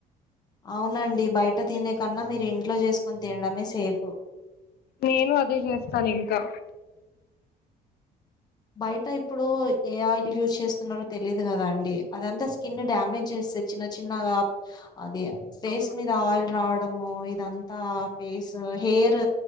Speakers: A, on the left (about 25°); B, on the left (about 65°).
A: అవునండి బయట తినే కన్నా మీరు ఇంట్లో చేసుకొని తినడమే సేఫ్
B: నేను అదే చేస్తాను ఇంకా
A: బయట ఇప్పుడు ఏ ఆయిల్ యూజ్ చేస్తున్నారో తెలీదు కదా అండి అదంతా స్కిన్ డ్యామేజ్ చేస్తంది చిన్న చిన్నగా అది ఫేస్
B: అవును
A: మీద ఆయిల్ రావడము ఇదంతా ఫేస్ హెయిర్